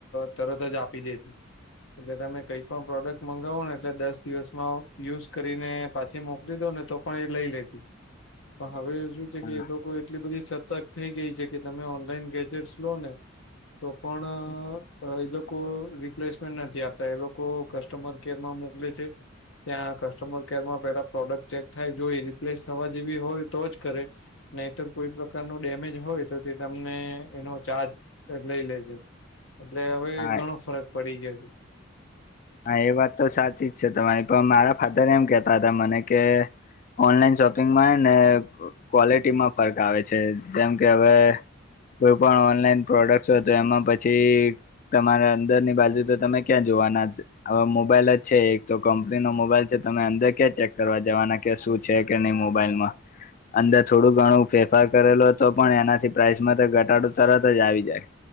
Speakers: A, on the left; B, on the left.
A: તરત જ આપી દેતી એટલે તમે કઈ પણ પ્રોડક્ટ મગાવો ને એટલે દસ દિવસમાં યુઝ કરીને પાછી મોકલી દો ને તો પણ એ લઈ લેતી પણ હવે શું છે
B: હા
A: કે એ લોકો એટલી બધી સતર્ક થઈ ગઈ છે કે તમે ઓનલાઈન ગેજેટસ લો ને તો પણ એ લોકો રિપ્લેસમેન્ટ નથી આપતા એ લોકો કસ્ટમર કેર માં મોકલે છે ત્યાં કસ્ટમર કેરમાં પેલા પ્રોડક્ટ ચેક થાય જો એ રિપ્લેસ થવા જેવી હોય તો જ કરે નહીતર કોઈ પ્રકાર ન ડેમેજ હોય તો તે તમને એનો ચાર્જ લઈ લેજે એટલે હવે
B: હા
A: ઘણો ફરક પડી ગયો છે
B: હા એ વાત તો સાચી જ છે તમારી પણ મારા ફાધર એમ કેતા હતા મને કે ઓનલાઈન શોપિંગમાં ને ક્વોલિટીમાં ફર્ક આવે છે જેમ કે હવે કોઈ પણ ઓનલાઈન પ્રોડક્ટસ હોય તો એમાં પછી તમારા અંદરની બાજુ તો તમે ક્યાં જોવાના મોબાઈલ મોબાઈલ જ છે એક તો કંપની નો મોબાઈલ છે તમે અંદર ક્યાં ચેક કરવા જવાના કે શું છે કે નહી મોબાઈલમાં અંદર થોડું ઘણું ફેરફાર કરેલો હતો પણ એનાથી પ્રાાઈસમાં તો ઘટાડો તરત જ આવી જાય